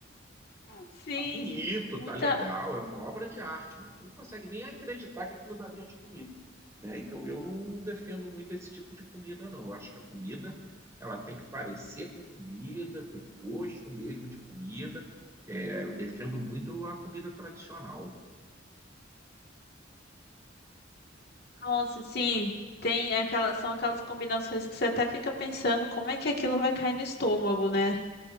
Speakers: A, on the left; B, on the right.
A: Sim,
B: bonito,
A: muita.
B: tá legal, é uma obra de arte, mas tu não consegue nem acreditar que aquilo dali é de comer, né? Então eu não, não defendo muito esse tipo de comida, não. Eu acho que a comida ela tem que parecer com comida, ter gosto mesmo de comida. É, eu defendo muito a comida tradicional.
A: Nossa, sim, tem aquelas, são aquelas combinações que você até fica pensando como é que aquilo vai cair no estômago, né?